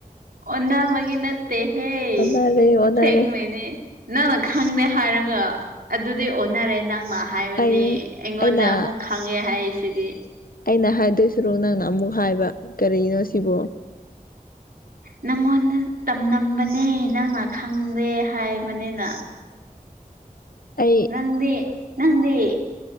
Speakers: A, on the right; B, on the left.
A: ꯑꯣꯅꯕꯒꯤ ꯅꯠꯇꯦꯍꯦ
B: ꯑꯣꯟꯅꯔꯦ ꯑꯣꯟꯅꯔꯦ
A: ꯁꯦꯡꯕꯩꯅꯦ ꯅꯪꯅ ꯈꯪꯗꯦ ꯍꯥꯏꯔꯒ ꯑꯗꯨꯗꯤ ꯑꯣꯟꯅꯔꯦ ꯅꯪꯅ ꯍꯥꯏꯕꯗꯤ
B: ꯑꯩ
A: ꯑꯩꯉꯣꯟꯗ
B: ꯑꯩꯅ
A: ꯑꯃꯨꯛ ꯈꯪꯉꯦ ꯍꯥꯏꯁꯤꯗꯤ
B: ꯑꯩꯅ ꯍꯥꯏꯗꯣꯏꯁꯔꯣꯛ ꯅꯪꯅ ꯑꯃꯨꯛ ꯍꯥꯏꯕ ꯀꯔꯤꯅꯣ ꯁꯤꯕꯣ
A: ꯅꯪꯉꯣꯟꯗ ꯇꯝꯂꯝꯕꯅꯦ ꯅꯪꯅ ꯈꯪꯗꯦ ꯍꯥꯏꯕꯅꯤꯅ
B: ꯑꯩ
A: ꯅꯪꯗꯤ ꯅꯪꯗꯤ